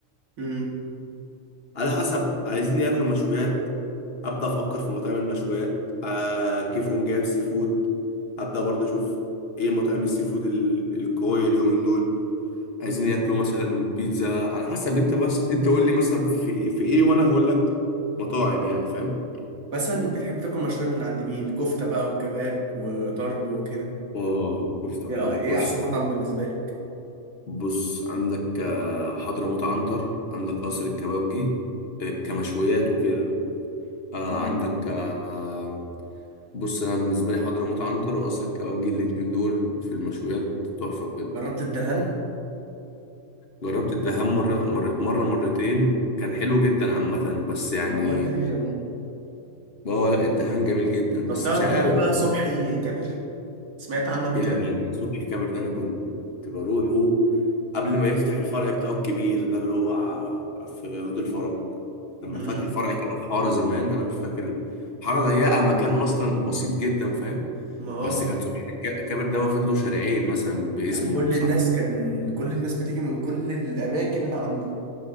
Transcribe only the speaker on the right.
امم
مثلا بتحب تاكل مشويات من عند مين كفته بقى وكباب وطرب وكده
ايه ايه
احسن مطعم بالنسبه لك
امم
جربت الدهن
ما هو الدهن جميل
طب
تعرف
انت بقى صبحي كابر سمعت عنه قبل
كده
امم
ما اه
كان كل
الناس كان كل الناس بتيجي من كل الاماكن اللي عنده